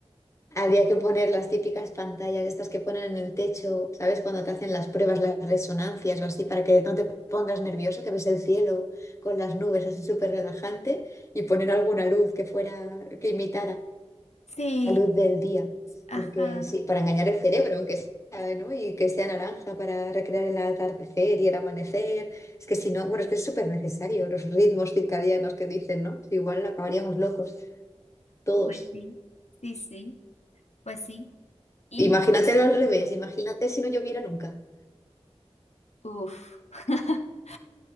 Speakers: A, on the left; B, on the left.
A: Habría que poner las típicas pantallas, estas que ponen en el techo, ¿sabes? Cuando te hacen las pruebas, las resonancias o así, para que no te pongas nervioso, que ves el cielo con las nubes así súper relajante y poner alguna luz que fuera, que imitara
B: Sí,
A: la luz del día,
B: ajá.
A: porque sí, para engañar el cerebro, aunque sea, ¿no? Y que sea naranja para recrear el atardecer y el amanecer. Es que si no, bueno, es que es súper necesario los ritmos circadianos que dicen, ¿no? Igual acabaríamos locos, todos.
B: Pues sí, sí, sí, pues sí. Y,
A: Imagínate al revés, imagínate si no lloviera nunca.
B: uff, <laughs>